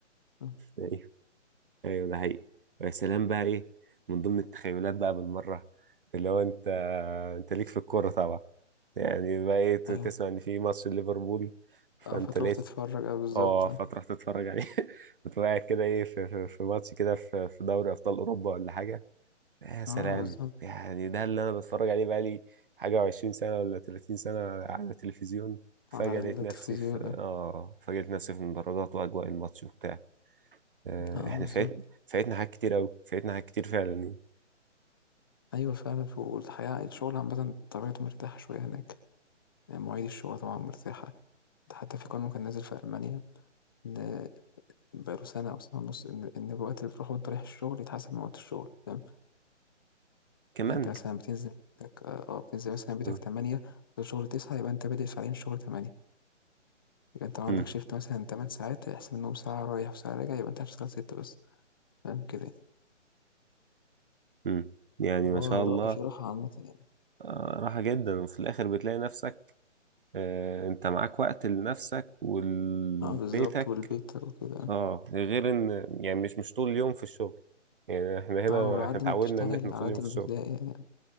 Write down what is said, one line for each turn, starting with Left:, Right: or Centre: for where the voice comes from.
Left: آه.
Right: ايوه ايوه ده حقيقي ويا سلام بقى ايه من ضمن التخيلات بقى بالمره اللي هو انت انت ليك في الكوره طبعا يعني بقى ايه ت-
Left: ايوه
Right: تسمع ان في ماتش ليفربول فانت
Left: اه فتروح
Right: لقيت
Left: تتفرج اه بالظبط
Right: اه
Left: اه
Right: فتروح تتفرج عليه <laughs> بتبقى قاعد كده ايه في, في, في ماتش كده في, في دوري ابطال اوروبا ولا حاجه يا سلام
Left: آه، بالظبط
Right: يعني ده اللي انا بتفرج عليه بقالي حاجة وعشرين سنة ولا تلاتين سنة على التلفزيون فجأة
Left: على التلفزيون
Right: لقيت نفسي في
Left: اه
Right: اه فجأة لقيت نفسي في المدرجات واجواء الماتش وبتاع آه،
Left: اه
Right: احنا
Left: بالظبط
Right: فات فاتنا حاجات كتير اوي فاتنا حاجات كتير فعلا
Left: ايوه فعلا ف- والحقيقة الشغل عامة طبيعته مرتاحة شوية هناك يعني مواعيد الشغل طبعا مرتاحة حتى في قانون كان نازل في ألمانيا ان بقاله سنه او سنه ونص ان ان الوقت اللي بتروحه وانت رايح الشغل يتحسب من وقت الشغل فاهم
Right: كمان
Left: يعني انت مثلا
Right: <laughs>
Left: بتنزل بيتك اه آه، بتنزل مثلا بيتك
Right: مم.
Left: 8 الشغل 9 يبقى انت بادئ ساعتين الشغل 8 يبقى انت لو عندك
Right: مم.
Left: شيفت مثلا 8 ساعات هيحسب انهم ساعه رايح وساعه راجع يبقى انت هتشتغل 6 بس فاهم كده يعني.
Right: مم. يعني
Left: اللي
Right: ما
Left: هو
Right: شاء الله
Left: رأي في راحة عامة يعني
Right: آه، راحة جدا وفي الآخر بتلاقي نفسك آه، أنت معاك وقت لنفسك ولبيتك
Left: اه بالظبط والبيت وكده
Right: اه غير ان يعني مش مش طول اليوم في الشغل يعني احنا هنا
Left: اه وعلى
Right: احنا
Left: قد
Right: اتعودنا
Left: ما بتشتغل
Right: ان احنا طول
Left: على قد
Right: اليوم في
Left: ما
Right: الشغل
Left: بتلاقي يعني